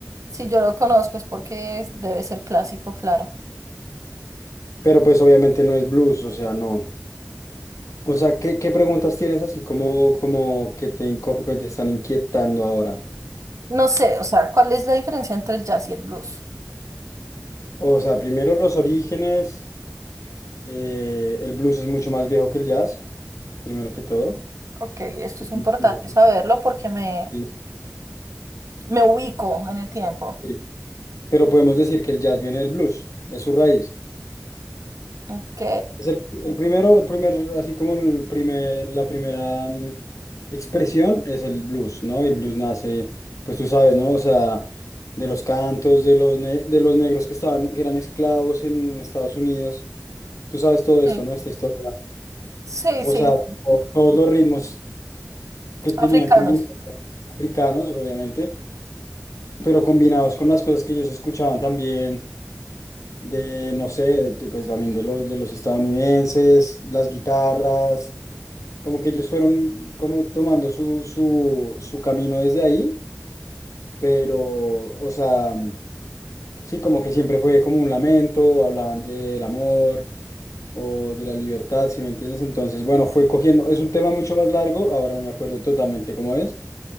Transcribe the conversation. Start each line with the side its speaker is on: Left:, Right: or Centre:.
Right: si yo lo conozco es porque es- debe ser clásico, claro.
Left: pero pues obviamente no es blues, o sea, no. O sea, ¿qué, qué preguntas tienes así como, como que te, inco- que te están inquietando ahora?
Right: No sé, o sea, ¿cuál es la diferencia entre el jazz y el blues?
Left: O sea, primero los orígenes, eh, el blues es mucho más viejo que el jazz, primero que todo.
Right: Ok, esto
Left: Es
Right: es importante
Left: mucho más viejo que
Right: saberlo porque me,
Left: sí.
Right: me ubico en el tiempo.
Left: Sí. Pero podemos decir que el jazz viene del blues, es su raíz.
Right: Ok.
Left: Es el, el primero, el primer, así como el primer, la primera mm, expresión es el blues, ¿no? El blues nace, pues tú sabes, ¿no? O sea, de los cantos, de los, ne- de los negros que estaban, que eran esclavos en Estados Unidos. Tú sabes todo esto,
Right: Sí,
Left: ¿no? Esta historia.
Right: sí,
Left: O
Right: sí,
Left: sea, to- todos los ritmos que tenían
Right: africanos.
Left: combinados africanos, obviamente, pero combinados con las cosas que ellos escuchaban también de, no sé, de- de, pues también de los, de los estadounidenses, las guitarras. Como que ellos fueron como tomando su, su, su camino desde ahí, pero, o sea, sí, como que siempre fue como un lamento, hablaban del amor o de la libertad, si me entiendes. Entonces, bueno, fue cogiendo, es un tema mucho más largo, ahora no me acuerdo totalmente cómo es,